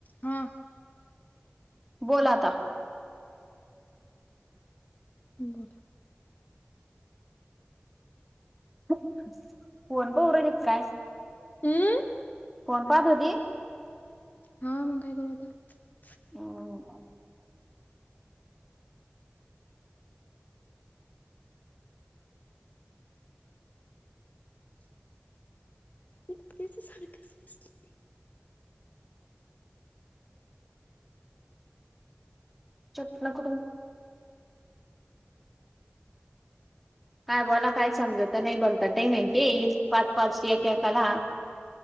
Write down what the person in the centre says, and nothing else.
बोल आता
फोण प उरलीेत काय
कोण पाहत होती
हम्म
<inaudible> जप नकडू <inaudible> काय बोला काय समजवत नाही बोलता टामेंटी पाच पाच एयकाला